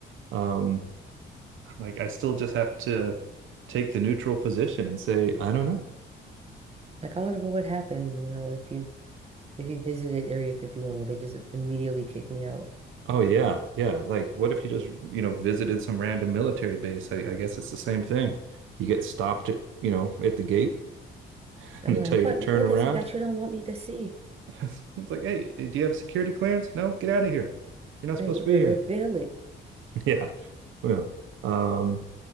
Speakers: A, on the right; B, on the right.
A: um, Like I still just have to take the neutral position and say, I don't know.
B: Like, I wonder what would happen, you know, if you if you visited Area 51, would they just immediately kick me out?
A: Oh yeah, yeah. Like what if you just, you know, visited some random military base? I, I guess it's the same thing. You get stopped at, you know, at the gate <laughs>
B: I'm
A: and they
B: like,
A: tell you
B: what
A: to turn
B: what
A: around.
B: is it that you don't want me to see?
A: <laughs> It's like, hey, do you have a security clearance? No, get out of here. You're not
B: Like,
A: supposed
B: re
A: to be here.
B: reveal
A: <laughs>
B: it.
A: Yeah. Well, um,